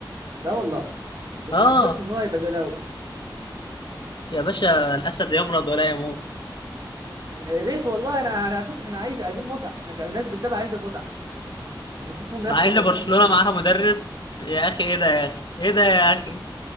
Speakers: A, on the right; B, on the left.
A: ده والله بس
B: اه
A: ما اعتقدش ان هو هيبقى زي الاول
B: يا باشا الاسد يمرض ولا يموت
A: يا ريت والله انا انا على فكره احنا عايز عايزين متعه احنا كناس بتتابع عايزه متعه لما يكون في منافسه
B: مع ان برشلونة
A: شديده كده
B: معاها مدرب يا اخي ايه ده يا اخي ايه ده يا اخي